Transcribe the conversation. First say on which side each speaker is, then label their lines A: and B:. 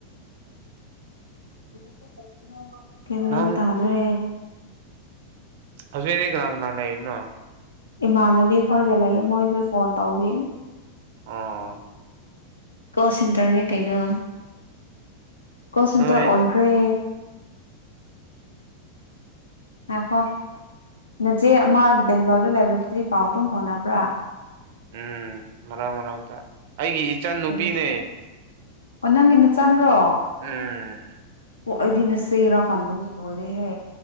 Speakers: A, on the left; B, on the right.
A: <inaudible>
B: ꯅ
A: ꯇꯥꯗ꯭ꯔꯦ
B: ꯑꯗꯨꯖꯤꯅꯦꯒ ꯅ ꯅꯂ ꯏꯟꯅ
A: ꯏꯃꯥꯟꯅꯕꯤ ꯈꯔꯒ ꯂꯩꯌꯦ ꯃꯣꯏꯁꯨ ꯐꯣꯟ ꯇꯧꯔꯦꯑꯦꯌꯦ
B: ꯑꯥ
A: ꯀ ꯁꯤꯦꯟꯇꯔꯅꯦ ꯀꯩꯅꯩꯅ ꯀꯣꯜ ꯁꯦꯟꯇꯔ
B: ꯅꯣꯏ
A: ꯑꯣꯟꯈ꯭ꯔꯦ ꯑ ꯍꯣꯏ ꯅꯆꯦ ꯑꯃ ꯕꯦꯡꯒ꯭ꯂꯣꯔꯗ ꯂꯩꯕꯗꯨꯗꯤ ꯄꯥꯎ ꯑꯗꯨꯝ ꯐꯥꯎꯅꯕ꯭ꯔꯥ
B: ꯎꯝ ꯃꯔꯥꯡ ꯃꯔꯥꯡ ꯇ ꯑꯩꯒꯤ ꯏꯆ ꯅꯨꯨꯄꯤꯅꯦ
A: ꯎꯝ ꯑꯣ ꯅꯪꯒꯤ ꯅ ꯆꯥꯟꯗ꯭ꯔꯣ
B: ꯎꯝ
A: ꯑꯣ ꯑꯩꯗꯤ ꯅ ꯁꯦꯔ ꯈꯟꯕꯅꯤ ꯂꯣꯏꯔꯦꯍꯦ